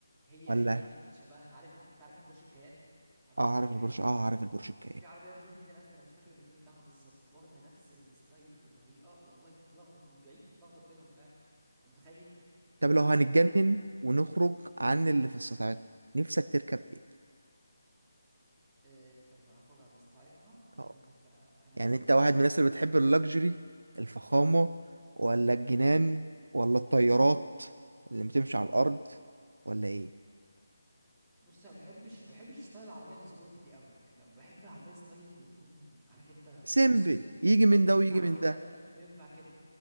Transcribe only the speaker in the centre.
هي
هي فعلا كانت شبهها عارف الب... انت عارف البورش الكيان عربيه
بورش
الكيان
في عربيه بيجو جديده نازله انا مش فاكر الموديل بتاعها بالظبط واخده نفس الستايل بطريقه والله تتلخبط من بعيد تتلخبط بينهم فعلا انت متخيل
تخيل،
آه، لو هخرج عن استعيطنا انا
اقول لك بقى انا
اللي
انا بشوف
بص انا ما بحبش ما بحبش ستايل العربيه السبورت دي قوي يعني ب- بحب العربيه ستايل اللي يكون عارف انت في
النص كده
ينفع
كده
وينفع كده